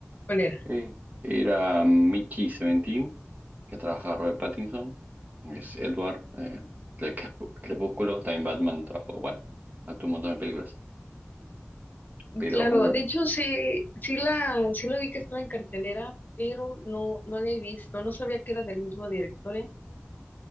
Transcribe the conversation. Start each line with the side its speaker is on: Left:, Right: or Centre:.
Left: ¿Cuál era?
Right: Eh, era Mickey Seventeen, que trabaja Robert Pattinson, es Edward, eh, de Crep- Crepúsculo, también Batman trabajó, bueno, actuó un montón de películas, pero
Left: Claro,
Right: muy bueno.
Left: de hecho sí, sí la, sí la vi que estaba en cartelera, pero no, no la he visto, no sabía que era del mismo director, ¿eh?